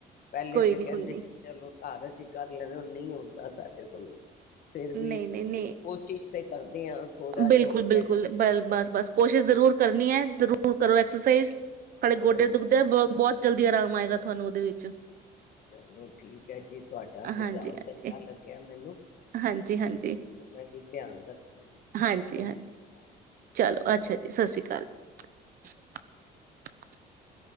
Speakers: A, on the left; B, on the right.
A: ਪਹਿਲੇ
B: ਕੋਈ
A: ਤਾਂ
B: ਨਹੀਂ
A: ਕਹਿੰਦੇ
B: ਕੋਈ ਨਹੀਂ
A: ਸੀ ਚਲੋ ਘਰ ਅਸੀਂ ਕਰ ਲੈਦੇ ਨਹੀਂ ਹੁੰਦਾ ਸਾਡੇ ਕੋਲੋਂ ਫੇਿਰ ਵੀ
B: ਨਹੀਂ ਨਹੀਂ ਨਹੀਂ
A: ਕੋਸ਼ਿਸ਼ ਕਰਦੇ ਹਾਂ ਥੋੜਾ ਜਿਹਾ
B: ਬਿਲਕੁਲ
A: ਹੋ
B: ਬਿਲਕੁਲ
A: ਜਾਏ
B: ਬ ਬਸ ਬਸ ਕੋਸ਼ਿਸ਼ ਜ਼ਰੂਰ ਕਰਨੀ ਹੈ ਜ਼ਰੂਰ ਕਰੋ ਐਕਸਰਸਾਈਜ਼ ਹੇ ਗੋਡੇ
A: ਹਾਂਜੀ
B: ਦੁਖਦੇ ਬਹੁਤ ਜਲਦੀ ਆਰਾਮ ਆਏਗਾ ਤੁਹਾਨੂੰ ਉਹਦੇ ਵਿੱਚ
A: ਚਲੋ ਠੀਕ ਹੈ ਜੀ ਤੁਹਾਡਾ ਸੁਝਾਵ
B: ਹਾਂਜੀ ਹਾਂਜੀ
A: ਚੰਗਾ ਲੱਗਿਆ ਮੈਨੂੰ
B: ਹਾਂਜੀ,
A: ਹੁਣ
B: ਹਾਂਜੀ,
A: ਅੋ ਤੋਂ ਮੈਂ ਵੀ ਧਿਆਨ ਰੱਖਾਂਗੀ
B: ਹਾਂਜੀ
A: ਸਤਿ
B: ਹਾਂਜੀ
A: ਸ੍ਰੀ ਅਕਾਲ
B: ਚਲੋ ਅੱਛਾ ਜੀ ਸਤਿ ਸ੍ਰੀ ਅਕਾਲ <unintelligible>